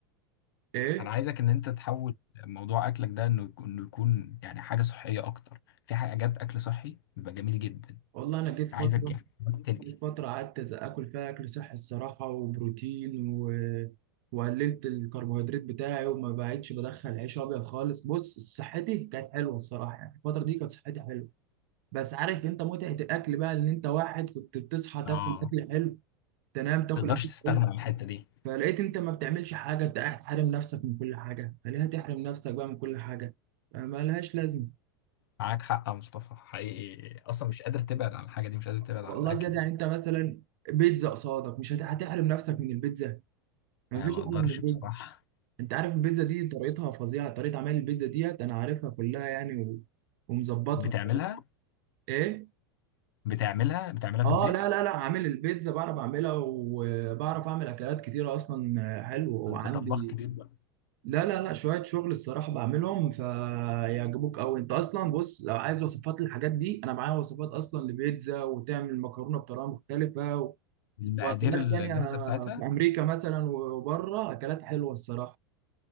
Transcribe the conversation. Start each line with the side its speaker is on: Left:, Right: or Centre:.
Right: ايه
Left: انا عايزك ان انت تحول موضوع اكلك ده انه يكون- انه يكون يعني حاجه صحيه اكتر في حاجات اكل صحي بيبقى جميل جدا
Right: والله انا جيت
Left: عايزك
Right: فتره
Left: يعني تنقل
Right: جيت فترة قعدت أز- آكل فيها أكل صحي الصراحة وبروتين و... وقللت الكربوهيدرات بتاعي وما بقتش بدخل عيش أبيض خالص بص صحتي كانت حلوة الصراحة يعني الفترة دي كانت صحتي حلوة بس عارف أنت متعة الأكل بقى إن أنت واحد كنت بتصحى تاكل
Left: اه
Right: أكل حلو تنام تاكل
Left: تقدرش
Right: أكل
Left: تستغنى
Right: حلو
Left: عن الحتة دي
Right: فلقيت أنت ما بتعملش حاجة أنت قاعد حارم نفسك من كل حاجة فليه هتحرم نفسك بقى من كل حاجة آه، ملهاش لازمة
Left: معاك حق يا مصطفى حقيقي أصلا مش قادر تبعد عن الحاجة دي مش قادر تبعد
Right: والله
Left: عن الأكل
Right: زيادة يعني أنت مثلا بيتزا قصادك مش هت- هتحرم نفسك من البيتزا مفيش
Left: يعني ما أقدرش
Right: أحلى من البيتزا
Left: بصراحة
Right: انت عارف البيتزا دي طريقتها فظيعه طريقه عمل البيتزا ديت انا عارفها كلها يعني و... ومظبطها
Left: بتعملها
Right: بصراحه ايه
Left: بتعملها بتعملها
Right: اه
Left: في البيت
Right: لا لا لا عامل البيتزا بعرف اعملها وبعرف اعمل اكلات كتيره اصلا حلوه وعندي
Left: ده أنت طباخ كبير بقى
Right: لا لا لا شويه شغل الصراحه بعملهم فيعجبوك قوي انت اصلا بص لو عايز وصفات للحاجات دي انا معايا وصفات اصلا لبيتزا وتعمل مكرونه بطريقه مختلفه و...
Left: المقادير
Right: واكلات
Left: الجاهزة
Right: تانية
Left: بتاعتها
Right: في امريكا مثلا وبره اكلات حلوه الصراحه